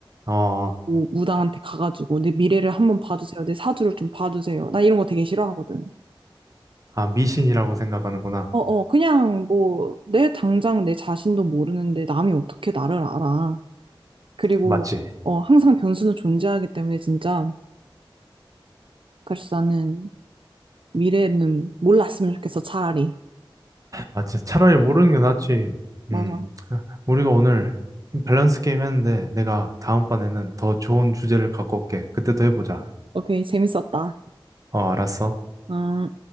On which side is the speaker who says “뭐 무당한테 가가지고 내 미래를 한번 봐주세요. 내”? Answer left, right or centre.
Right